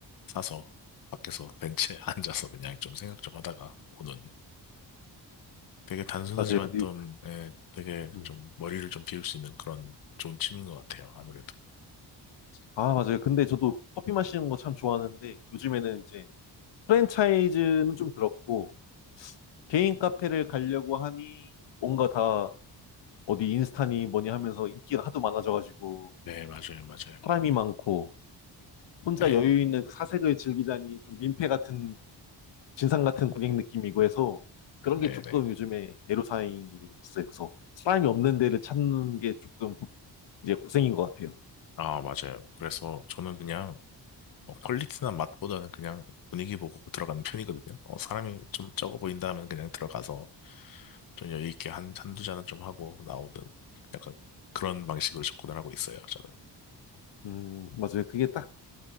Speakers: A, on the left (about 50°); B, on the left (about 85°).
A: 사서 밖에서 벤치에 <laughs> 앉아서 그냥 좀 생각 좀 하다가 오는 되게 단순하지만
B: 맞아요. 근데,
A: 좀, 예, 되게
B: 음.
A: 좀 머리를 좀 비울 수 있는 그런 좋은 취미인 것 같아요. 아무래도.
B: 아, 맞아요. 근데 저도 커피 마시는 거 참 좋아하는데 요즘에는 이제 프랜차이즈는 좀 그렇고, 개인 카페를 가려고 하니, 뭔가 다 어디 인스타니 뭐니 하면서 인기가 하도 많아져가지고,
A: 네, 맞아요, 맞아요.
B: 사람이 많고, 혼자
A: 네,
B: 여유
A: 네,
B: 있는 그 사색을 즐기자니 좀 민폐 같은, 진상 같은 고객 느낌이고 해서, 그런
A: 네,
B: 게 조금
A: 네.
B: 요즘에 애로사항이 있어요. 그래서 사람이 없는 데를 찾는 게 조금 이제 고생인 것 같아요.
A: 아, 맞아요. 그래서 저는 그냥 어, 퀄리티나 맛보다는 그냥 분위기 보고 들어가는 편이거든요. 어, 사람이 좀 적어 보인다 하면 그냥 들어가서 좀 여유 있게 한, 한두 잔은 좀 하고 나오든 약간 그런 방식으로 접근을 하고 있어요, 저는.
B: 음, 맞아요. 그게 딱